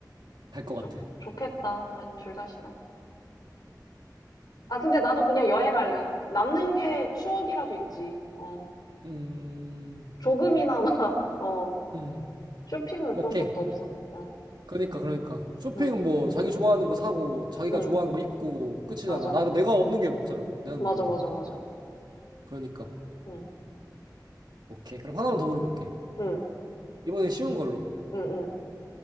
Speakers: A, on the right; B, on the left.
A: 갈 것
B: 좋,
A: 같아.
B: 좋겠다. 난 둘 다 싫어서. 아, 근데 나도 그냥 여행할래. 남는 게 추억이라도 있지. 어,
A: 음,
B: 조금이나마, <laughs> 어,
A: 음,
B: 쇼핑은
A: 오케이.
B: 그런 것도 없어. 어,
A: 그러니까, 그러니까. 쇼핑은
B: 응,
A: 뭐, 자기 좋아하는 거 사고, 자기가
B: 응,
A: 좋아하는 거 입고, 끝이잖아.
B: 맞아.
A: 나, 내가 얻는 게 없잖아. 내가
B: 맞아,
A: 뭐야.
B: 맞아, 맞아.
A: 그러니까.
B: 응.
A: 오케이. 그럼 하나만 더 물어볼게.
B: 응,
A: 이번엔 쉬운 걸로.
B: 응, 응.